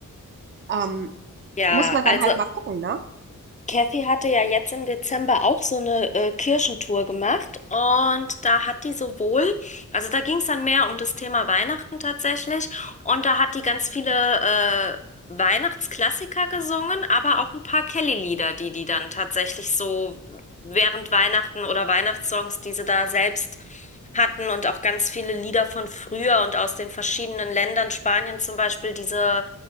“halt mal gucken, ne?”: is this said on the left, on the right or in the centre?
Right